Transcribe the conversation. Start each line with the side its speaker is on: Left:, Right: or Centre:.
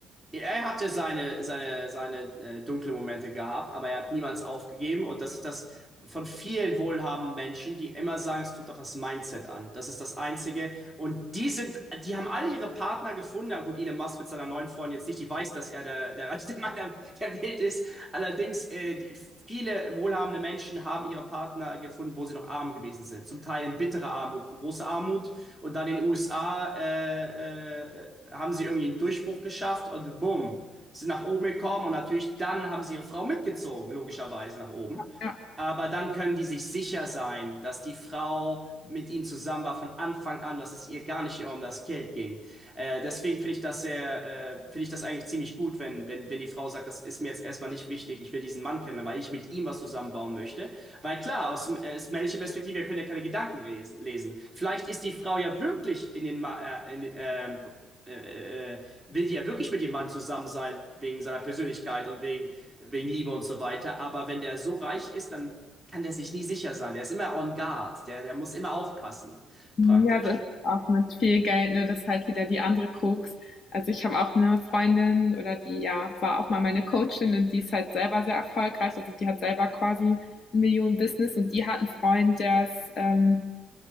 Centre: Er hatte seine, seine, seine äh, dunklen Momente gehabt, aber er hat niemals aufgegeben. Und das ist das von vielen wohlhabenden Menschen, die immer sagen, es kommt auf das Mindset an. Das ist das Einzige. Und die sind, die haben alle ihre Partner gefunden. Na gut, Elon Musk mit seiner neuen Freundin jetzt nicht, die weiß, dass er der, der reichste Mann der, der Welt ist. Allerdings, äh, die, viele wohlhabende Menschen haben ihre Partner gefunden, wo sie noch arm gewesen sind. Zum Teil in bitterer Armut, in großer Armut und dann in den USA äh, äh, haben sie irgendwie einen Durchbruch geschafft und bumm, sind nach oben gekommen und natürlich dann haben sie ihre Frau mitgezogen, logischerweise nach oben.
Left: Ja.
Centre: Aber dann können die sich sicher sein, dass die Frau mit ihnen zusammen war von Anfang an, dass es ihr gar nicht immer um das Geld ging. Äh, deswegen finde ich das sehr, äh, finde ich das eigentlich ziemlich gut, wenn, wenn, wenn die Frau sagt, das ist mir jetzt erstmal nicht wichtig, ich will diesen Mann kennen, weil ich mit ihm was zusammenbauen möchte. Weil klar, aus äh, aus männlicher Perspektive, wir können ja keine Gedanken lesen. lesen. Vielleicht ist die Frau ja wirklich in den, Ma äh, in, ähm, äh, äh, will die ja wirklich mit dem Mann zusammen sein, wegen seiner Persönlichkeit und wegen, wegen Liebe und so weiter. Aber wenn der so reich ist, dann kann der sich nie sicher sein. Der ist immer on guard. Der, der muss immer aufpassen,
Left: Ja,
Centre: praktisch.
Left: so ist es auch mit viel Geld, ne? Das ist halt wieder die andere Krux. Also ich habe auch eine Freundin oder die ja war auch mal meine Coachin und die ist halt selber sehr erfolgreich. Also die hat selber quasi ein Millionen-Business und die hat einen Freund, der ist ähm,